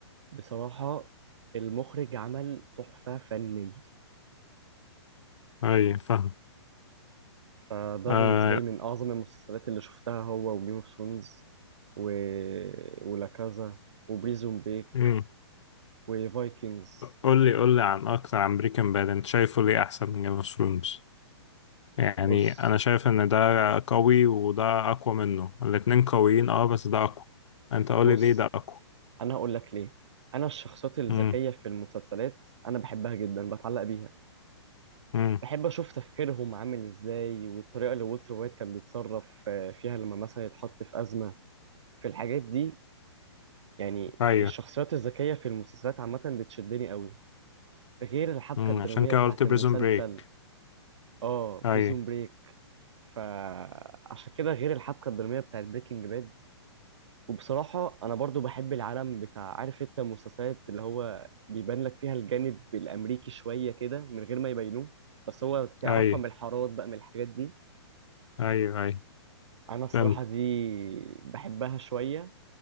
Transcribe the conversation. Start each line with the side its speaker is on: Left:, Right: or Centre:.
Right: بصراحه المخرج عمل تحفه فنيه
Left: اي فاهم
Right: فده
Left: آه،
Right: بالنسبة لي من أعظم المسلسلات اللي شفتها هو وجيم اوف ثرونز و... ولا كازا وبريزون بريك
Left: امم
Right: وفايكنجز
Left: قول لي قول لي عن اكتر عن بريكنج باد انت شايفه ليه احسن من جيم اوف ثرونز يعني
Right: بص
Left: انا شايف ان ده قوي وده اقوى منه الاتنين قويين اه بس ده اقوى انت قول
Right: بص
Left: لي ليه ده اقوى
Right: أنا هقول لك ليه أنا الشخصيات الذكية
Left: امم
Right: في المسلسلات أنا بحبها جدا بتعلق بيها
Left: امم
Right: بحب أشوف تفكيرهم عامل إزاي والطريقة اللي والتر وايت كان بيتصرف آه، فيها لما مثلا يتحط في أزمة في الحاجات دي يعني
Left: ايوه
Right: الشخصيات الذكية في المسلسلات عامة بتشدني قوي غير الحبكة
Left: امم
Right: الدرامية
Left: عشان كده
Right: بتاعت
Left: قلت بريزون
Right: المسلسل
Left: بريك
Right: اه
Left: ايوه
Right: بريزون بريك فعشان كده غير الحبكه الدراميه بتاعت بريكنج باد وبصراحه انا برضو بحب العالم بتاع عارف انت المسلسلات اللي هو بيبان لك فيها الجانب الامريكي شويه كده من غير ما يبينوه بس هو تعرفها
Left: ايوه
Right: من الحارات بقى من الحاجات دي
Left: ايوه ايوه
Right: انا الصراحه
Left: فهمت
Right: دي بحبها شويه